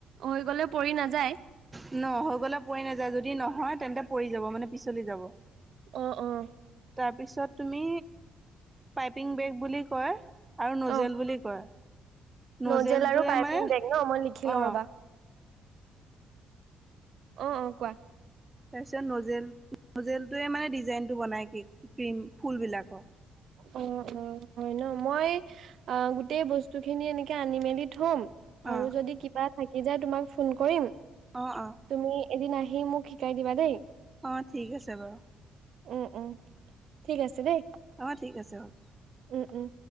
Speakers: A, on the right; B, on the right.
A: হৈ গলে পৰি নাযায়?
B: ন হৈ গলে পৰি নাযায় যদি নহয় তেন্তে পৰি যাব মানে পিছলি যাব।
A: অ' - অ'।
B: তাৰপিছত তুমি পাইপিং বেগ বুলি কয় আৰু নজেল
A: অ
B: বুলি কয় নজেলটোৱে
A: নজেল আৰু পাইপিং
B: মানে
A: বেগ ন' মই লিখি লওঁ
B: অ
A: ৰবা অ', - অ', কোৱা
B: তাৰপিছত নজেল- নজেলটোৱে মানে ডিজাইনটো বনাই কি ক্ৰীম ফুলবিলাক
A: অহ - অহ হয় ন' মই আ' গোটেই বস্তু খিনি এনেকে আনি মেলি থ'ম
B: অ
A: আৰু যদি কিবা থাকি যায় তোমাক ফোন কৰিম
B: অহ - অহ।
A: তুমি এদিন আহি মোক শিকাই দিবা দেই
B: অহ, ঠিক আছে বাৰু
A: উম- উম ঠিক আছে দেই
B: অহ, ঠিক আছে হ'ব
A: উম- উম